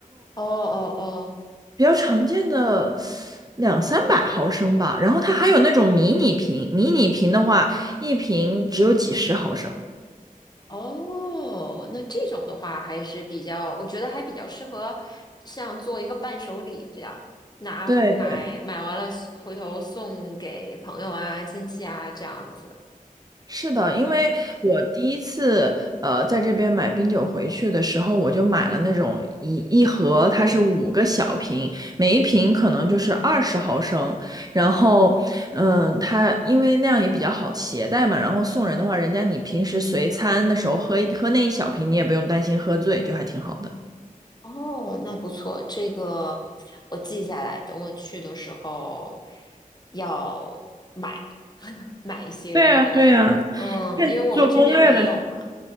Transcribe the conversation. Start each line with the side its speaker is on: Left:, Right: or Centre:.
Left: 哦哦
Right: 比较常见的两三百毫升吧。然后它还有那种迷你瓶，迷你瓶的话，一瓶只有几十毫升。
Left: 哦，那这种的话还是比较，我觉得还比较适合像做一个伴手礼这样，拿回买买完了送回头送给朋友啊、
Right: 对对。
Left: 亲戚啊这样子。
Right: 是的，因为我第一次呃在这边买冰酒回去的时候，我就买了那种一一盒，它是五个小瓶，每一瓶可能就是二十毫升。然后，嗯，它因为那样也比较好携带嘛。然后送人的话，人家你平时随餐的时候喝一喝那一小瓶，你也不用担心喝醉，就还挺好的。
Left: 哦，那不错，这个我记下来，等我去的时候要买 <laughs> 买一些回来。
Right: 对呀，对呀，
Left: 嗯，
Right: 看做攻略的时候。
Left: 因为我们这面没有嘛。